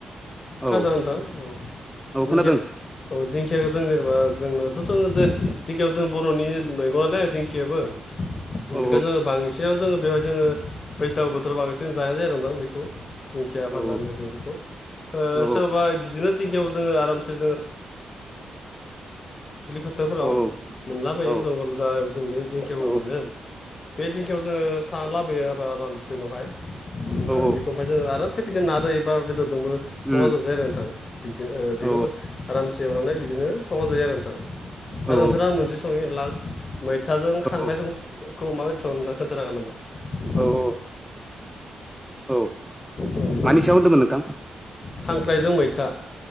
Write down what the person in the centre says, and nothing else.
औ
औ खोनादों
औ
औ
औ
औ
औ
औ
औ
उम
औ
औ
औ
औ औ
मानि सायाव होनदोंमोन नोंथां?